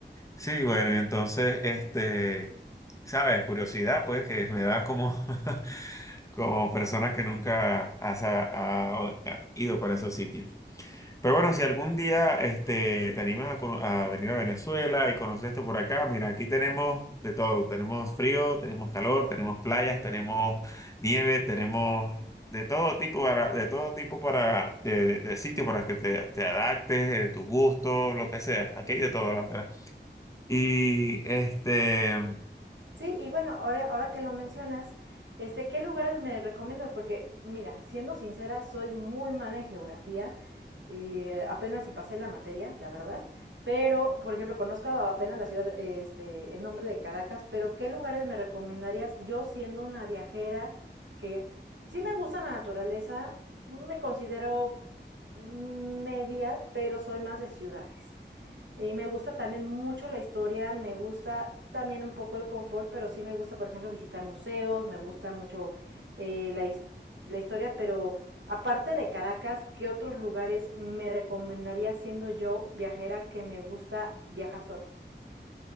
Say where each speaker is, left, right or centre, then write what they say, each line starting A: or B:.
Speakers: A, on the left; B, on the right.
A: Sí, bueno, y entonces, este, sabes, curiosidad, pues, que me da como, <laughs> como persona que nunca has, ha ha ido para esos sitios. Pero bueno, si algún día este, te animas a, cono- a venir a Venezuela y conocer esto por acá, mira, aquí tenemos de todo. Tenemos frío, tenemos calor, tenemos playas, tenemos nieve, tenemos de todo tipo para, de todo tipo para, de, de- de sitio para que te, te adaptes, eh, tu gusto, lo que sea. Aquí hay de todo, la verdad. Y este.
B: Sí, y bueno, ahora, ahora que lo mencionas, este, ¿qué lugares me recomiendas? Porque, mira, siendo sincera, soy muy mala en geografía y eh, apenas si pasé la materia, la verdad. Pero, por ejemplo, conozco apenas la ciudad, eh, este, el nombre de Caracas, pero ¿qué lugares me recomendarías yo siendo una viajera que sí me gusta la naturaleza, me considero media, pero soy más de ciudades? Y me gusta también mucho la historia, me gusta también un poco el confort, pero sí me gusta, por ejemplo, visitar museos, me gusta mucho eh, la, la historia, pero aparte de Caracas, ¿qué otros lugares me recomendaría siendo yo viajera que me gusta viajar sola?